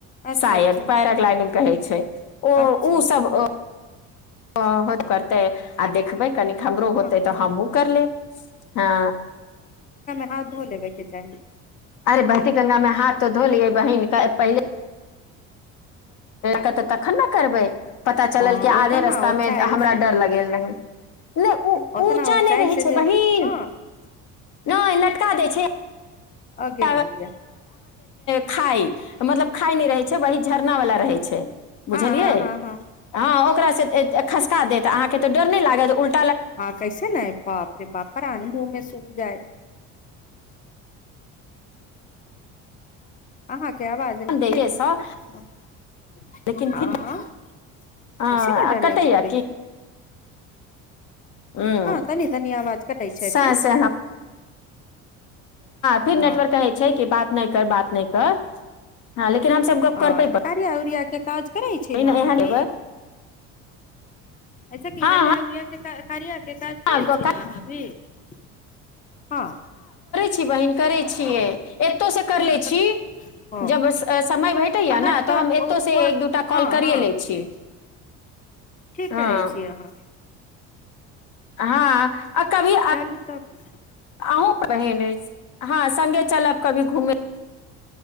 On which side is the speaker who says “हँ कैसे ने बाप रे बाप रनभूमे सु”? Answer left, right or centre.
Left